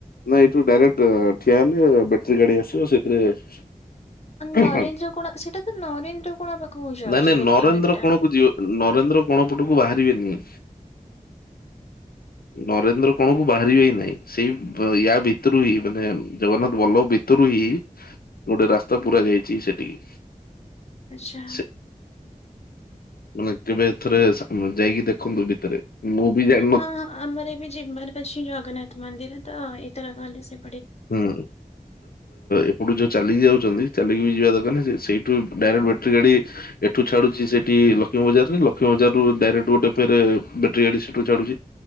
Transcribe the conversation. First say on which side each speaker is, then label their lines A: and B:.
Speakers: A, on the left; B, on the left.
A: ନାଇ ଏଇଠୁ ଡାଇରେକ୍ଟ ଠିଆ ହେଲେ ବ୍ୟାଟେରୀ ଗାଡି ଆସିବ ସେଥିରେ <unintelligible>
B: ନରେନ୍ଦ୍ର
A: ନାଇଁ
B: କୋଣ ସେଟା ତ ନରେନ୍ଦ୍ର କୋଣ ପାଖକୁ ଯାଉଛି
A: ନାଇଁ
B: ବ୍ୟାଟେରୀ
A: ନରେନ୍ଦ୍ର
B: ଗାଡି ଟା।
A: କୋଣକୁ ଯିବ ନରେନ୍ଦ୍ର କୋଣ ପଟକୁ ବାହାରିବେନି। ନରେନ୍ଦ୍ର କଣ କ ବାହାରିବ ହି ନାଇଁ ସେଇ ୟା ଭିତରୁ ହିଁ ମାନେ ଜଗନ୍ନାଥ ଭର୍ଲବ ଭି ଭିତରୁ ହିଁ ଗୋଟେ ରାସ୍ତା ପୁରା ଯାଇଛି ସେଠିକି
B: ଆଚ୍ଛା
A: ସେ ମାନେ କେବେଥରେ ଯାଇକି ଦେଖନ୍ତୁ ଭିତରେ। ମୁଁ ବି ଯାଇ
B: ହଁ ହଁ ଆମର ଏବେ ଯିବାର ଅଛି ଜଗନ୍ନାଥ ମନ୍ଦିର ତ ଏଥର ଗଲେ ସେ
A: ହୁଁ। ଏପଟୁ ଯୋଉ ଚାଲିକି ଯାଉଛନ୍ତି ଚାଲିକି ଯିବା ଦରକାର ନାହିଁ ସେଇଠୁ ଡାଇରେକ୍ଟ ବ୍ୟାଟେରୀ ଗାଡି ଏଠୁ ଛାଡୁଛି ସେଠି ଲକ୍ଷ୍ମୀ ବଜାରରେ ଲକ୍ଷ୍ମୀ ବଜାରରୁ ଡାଇରେକ୍ଟ ଗୋଟେ ଫେରେ ବେଟରୀ ଗାଡି ସେଠୁ ଛାଡୁଛି।